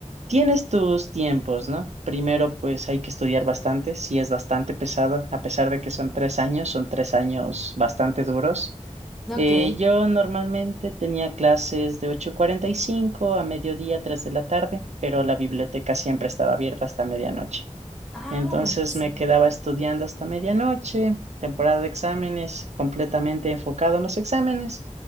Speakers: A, on the right; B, in the centre.
A: Tienes tus tiempos, ¿no? Primero, pues hay que estudiar bastante, sí es bastante pesado, a pesar de que son tres años, son tres años bastante duros.
B: Ok.
A: Eh, yo normalmente tenía clases de ocho cuarenta y cinco a mediodía, 3 de la tarde, pero la biblioteca siempre estaba abierta hasta medianoche.
B: Ah,
A: Entonces
B: buenísimo.
A: me quedaba estudiando hasta medianoche, temporada de exámenes, completamente enfocado en los exámenes.